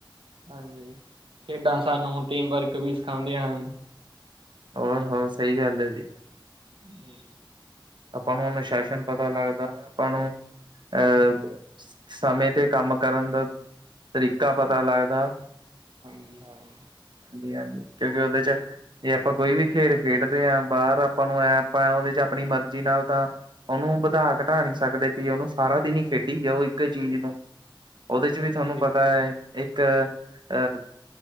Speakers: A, on the right (about 80°); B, on the right (about 60°).
A: ਹਾਂਜੀ, ਖੇਡਾਂ ਸਾਨੂੰ ਟੀਮ ਵਰਕ ਵੀ ਸਖਾਂਦੀਆਂ ਹਨ।
B: ਹੋਰ -ਹੋਰ ਸਈ ਗੱਲ ਐ ਜੀ।
A: <inaudible>
B: ਆਪਾਂ ਨੂੰ ਅਨੁਸ਼ਾਸਨ ਪਤਾ ਲੱਗਦੈ ਆਪਾਂ ਨੂੰ ਅ ਸਮੇਂ ਤੇ ਕੰਮ ਕਰਨ ਦਾ ਤਰੀਕਾ ਪਤਾ ਲੱਗਦਾ।
A: <unintelligible>
B: ਹਾਂਜੀ -ਹਾਂਜੀ, ਕੇਉਂਕਿ ਓਦੇ 'ਚ ਜੇ ਆਪਾਂ ਕੋਈ ਵੀ ਖੇਡ ਖੇਡਦੇ ਹਾਂ ਬਾਹਰ ਆਪਾਂ ਨੂੰ ਐ ਆਪਾਂ ਉਹਦੇ ਚ ਆਪਣੀ ਮਰਜ਼ੀ ਨਾਲ ਤਾਂ ਉਹਨੂੰ ਵਧਾ ਘਟਾ ਨੀ ਸਕਦੇ ਵੀ ਉਹਨੂੰ ਸਾਰਾ ਦਿਨ ਹੀ ਖੇਡੀ ਜਾਉ ਉਹ ਇੱਕ ਹੀ ਚੀਜ਼ ਨੂੰ ਉਹਦੇ ਚ ਵੀ ਤੁਹਾਨੂੰ
A: ਤੇ
B: ਪਤਾ ਹੈ ਇੱਕ ਅਹ